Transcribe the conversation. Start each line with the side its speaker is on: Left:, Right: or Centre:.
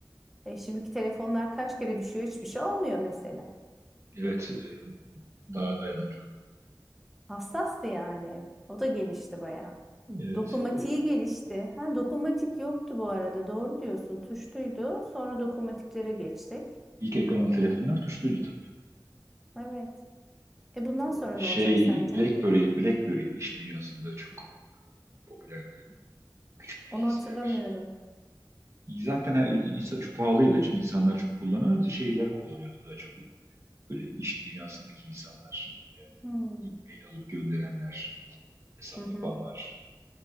Centre: E, şimdiki telefonlar kaç kere düşüyor hiçbir şey olmuyor mesela.
Right: Evet, e, daha dayanıklı.
Centre: Hassastı yani. O da gelişti bayağı.
Right: Evet.
Centre: Dokunmatiği
Right: e,
Centre: gelişti. Ha, dokunmatik yoktu bu arada. Doğru diyorsun. Tuşluydu. Sonra dokunmatiklere geçtik.
Right: İlk ekranlı telefonlar tuşluydu
Centre: Evet. E bundan sonra
Right: E, Şey
Centre: ne olacak sence?
Right: BlackBerry, BlackBerry iş dünyasında çok popülerdi. Küçük bilgisayar.
Centre: Onu hatırlamıyorum.
Right: Zaten her, insan çok pahalıydı. İnsanlar çok kullanıyordu. Şeyler kullanıyordu daha çok. Böyle iş dünyasındaki insanlar, yani
Centre: Hmm.
Right: e-mail alıp gönderenler, hesap
Centre: Hı hı.
Right: yapanlar